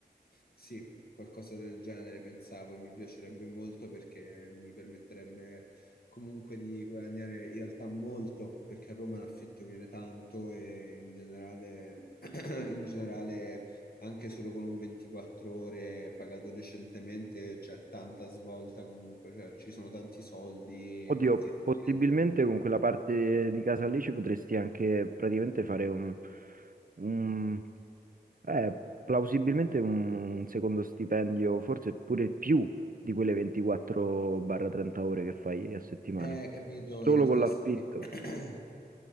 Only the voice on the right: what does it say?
Oddio,
possibilmente
con quella parte di casa lì ci potresti anche praticamente fare un, un- eh, plausibilmente un secondo stipendio, forse pure più di quelle 24-30 ore che fai a settimana,
solo
con l'affitto.